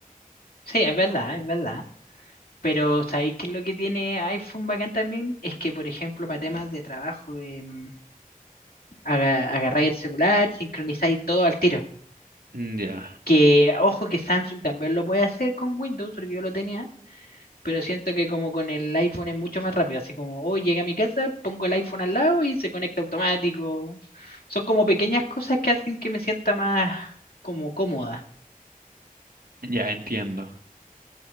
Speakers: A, on the left; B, on the right.
A: Sí, es verdad, es verdad. Pero ¿sabéis qué es lo que tiene iPhone bacán también? Es que, por ejemplo, para temas de trabajo, em, aga- agarráis el celular, sincronizáis todo al tiro.
B: Mm, Ya,
A: Que, ojo, que Samsung también lo puede hacer con Windows, porque yo lo tenía pero siento que como con el iPhone es mucho más rápido, así como hoy llegué a mi casa, pongo el iPhone al lado y se conecta automático. Son como pequeñas cosas que hacen que me sienta más como cómoda.
B: ya entiendo.